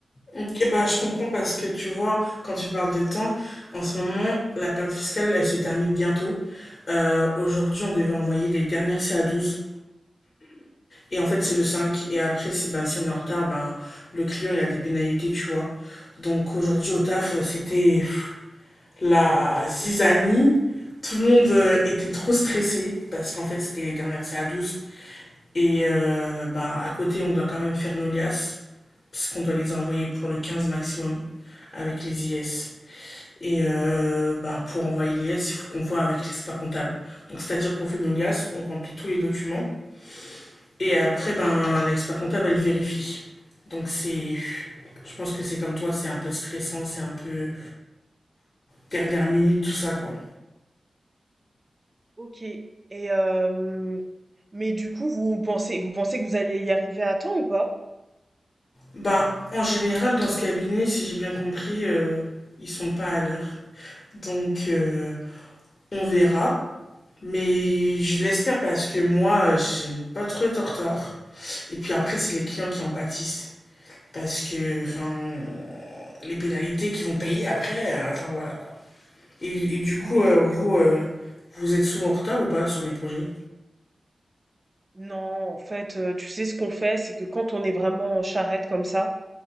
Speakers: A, on the left; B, on the right.
A: Ok, bah, je comprends parce que tu vois, quand tu parles de temps, en ce moment, la période fiscale, elle se termine bientôt. Euh, aujourd'hui, on devait envoyer les dernières ca douze et en fait, c'est le cinq Et après, c'est, bah, si on est en retard, bah, le client, il a des pénalités, tu vois. Donc aujourd'hui, au taf, euh, c'était pff, la zizanie. Tout le monde euh, était trop stressé parce qu'en fait, c'était les dernières ca douze et euh, bah, à côté, on doit quand même faire nos liasses, parce qu'on doit les envoyer pour le 15 maximum avec les IS. Et euh, bah, pour envoyer les liasses, il faut qu'on voit avec l'expert comptable. Donc c'est-à-dire qu'on fait nos liasses, on remplit tous les documents, et après, ben, l'expert comptable, elle vérifie. Donc c'est... Je pense que c'est comme toi, c'est un peu stressant, c'est un peu dernière minute, tout ça, quoi.
B: Ok. Et euh, mais du coup, vous pensez, vous pensez que vous allez y arriver à temps ou pas?
A: Bah, en général, dans ce cabinet, si j'ai bien compris, euh, ils sont pas à l'heure. Donc, euh, On verra. Mais je l'espère parce que moi, j'aime pas trop être en retard. Et puis après, c'est les clients qui en pâtissent. Parce que, enfin, les pénalités qu'ils vont payer après, euh, enfin voilà quoi. Et, et du coup,
B: Mais
A: euh, vous, euh, vous êtes souvent en retard ou pas sur les projets?
B: non, en fait, euh, tu sais ce qu'on fait, c'est que quand on est vraiment en charrette comme ça.